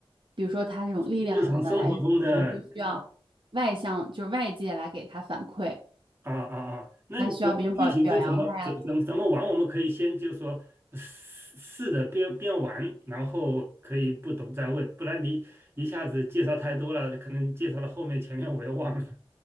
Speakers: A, on the right (about 55°); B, on the right (about 25°).
A: 比如说他这种力量的来源，
B: 日常生活中的
A: 可能就需要外向，就是外界来给他反馈，
B: 啊啊啊，那你怎么具体是怎么怎怎么怎么玩？
A: 他需要别人表表扬他呀，
B: 我们可以先就说试试着边边玩，然后可以不懂再问，不然你一下子介绍太多了，可能介绍了后面前面我又忘了。